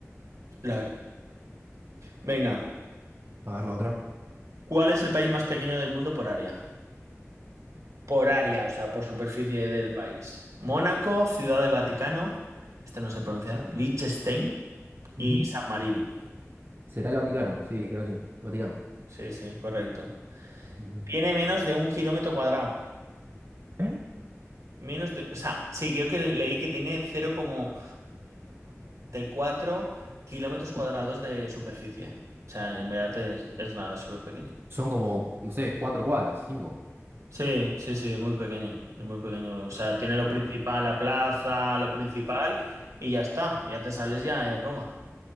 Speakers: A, on the right; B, on the right.
A: la verdad. Venga,
B: A ver la otra.
A: ¿cuál es el país más pequeño del mundo por área? Por área, o sea, por superficie del país. Mónaco, Ciudad del Vaticano, este no se pronunciaron, Liechtenstein
B: Ujú,
A: y San Marino.
B: ¿Será el Vaticano? Sí, creo que sí. El Vaticano.
A: Sí, sí, correcto.
B: ujú.
A: Tiene menos de un kilómetro cuadrado.
B: ¿Eh?
A: Menos de, o sea, sí, creo que leí que tiene 0, como cuatro kilómetros cuadrados de superficie. O sea, en verdad es, es nada, es súper pequeño.
B: Son como, no sé, cuatro cuadras, cinco.
A: Sí, sí, sí, es muy pequeño. Es muy pequeño. O sea, tiene lo
B: Wow,
A: principal, la plaza, lo principal, y ya está. Ya te sales ya de Roma.